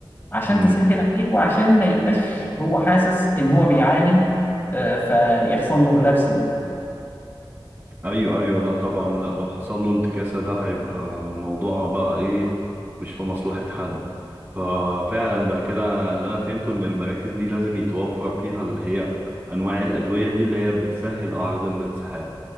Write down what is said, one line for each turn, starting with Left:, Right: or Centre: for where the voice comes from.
Left: عشان
Right: مم.
Left: تسهل عليه وعشان ما يبقاش هو حاسس إن هو بيعاني آه، فيحصل له ريلابس جوه
Right: ايوه ايوه لا طبعا لا لو حصل له انتكاسة ده هيبقى موضوع بقى ايه مش في مصلحة حد ففعلا ده كده اللي انا فهمته ان المراكز دي لازم يتوفر فيها اللي هي انواع الادوية دي اللي هي بتسهل اعراض الانسحاب